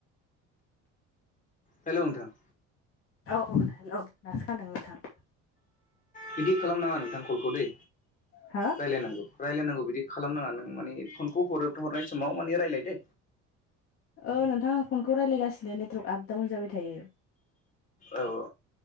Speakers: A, on the left; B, on the left.
A: हेल' नोंथां।
B: औ औ हेल' दासो खोनादों नोंथां।
A: बिदि खालामनाङा नोंथां कलखौ दै
B: हो
A: रायलायनांगौ। रायलायनांगौ बिदि खालामनाङा नों माने फनखौ हरो हरनाय समाव माने रायलाय दै।
B: औ नोंथां आं फनखौ रायलायगासिनो नेटवार्क आपडाउन जाबाय थायो।
A: औ औ